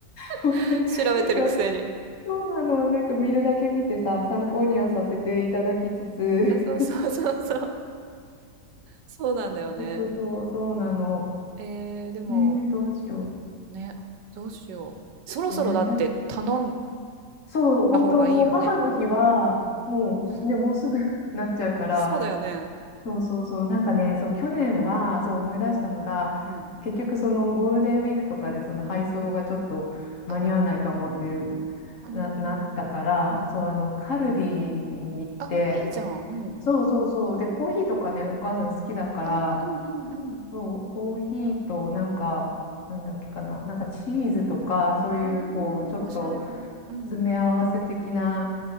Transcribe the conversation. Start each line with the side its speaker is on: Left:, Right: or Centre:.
Left: 本当になんか
Right: <laughs> 調べてるくせに。
Left: そうなのなんか見るだけ見てさ参考にはさせていただきつつ
Right: うんうん。あ、そうそうそうそう。そうなんだよね。
Left: そうそうそう、そうなの。
Right: えー、でも、
Left: ねえ、どうしよ
Right: ね、どうしよう。そろそろだって頼ん
Left: う。ねえ、確かに。そう、本当もう母の日は、
Right: だ方がいいよね。
Left: もう、
Right: うん。
Left: ね、もうすぐ <laughs> なっちゃうから、
Right: そうだよね。
Left: そうそうそう、なんかね、そう、去年は、
Right: うん。
Left: そう思い出したのが、
Right: うん。
Left: 結局そのゴールデンウィークとかでその配送がちょっと間に合わないかもっていう、
Right: ああ。うんうん
Left: な、なったから、
Right: うん。
Left: そう、あの、カルディに行って、
Right: あ、いいじゃん。うん。
Left: そうそうそう、で、コーヒーとかね、お母さん好きだから、
Right: あ、うんうんうん。
Left: そう、コーヒーとなんか、なんだっけかな、なんかチーズとか、そういうこう、
Right: お
Left: ちょっと
Right: お、おしゃれ。うん。
Left: 詰め合わせ的な